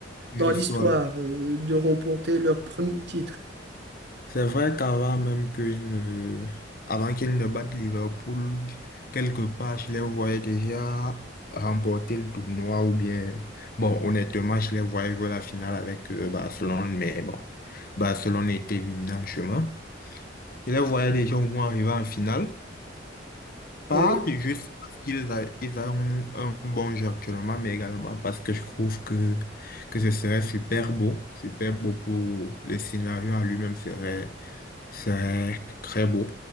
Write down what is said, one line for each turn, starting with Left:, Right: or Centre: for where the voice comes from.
Left: Dans
Right: dans
Left: l'histoire.
Right: l'histoire, euh, de remporter leur premier titre.
Left: C'est vrai qu'avant même qu'il ne... avant qu'il ne batte Liverpool, quelque part, je les voyais déjà remporter le tournoi ou bien, bon, honnêtement, je les voyais jouer la finale avec euh, Barcelone, mais bon, Barcelone était éliminé en chemin. Je les voyais déjà au moins arriver en finale. Pas
Right: Oui,
Left: juste parce qu'ils a- ils ont un bon jeu actuellement, mais également parce que je trouve que, que ce serait super beau, super beau pour le scénario en lui-même serait, serait très beau